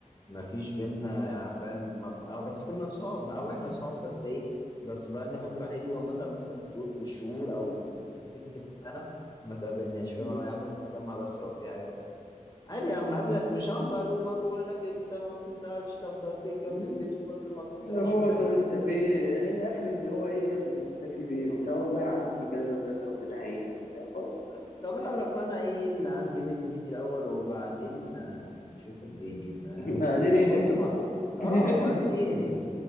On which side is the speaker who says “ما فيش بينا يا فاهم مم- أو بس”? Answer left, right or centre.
Left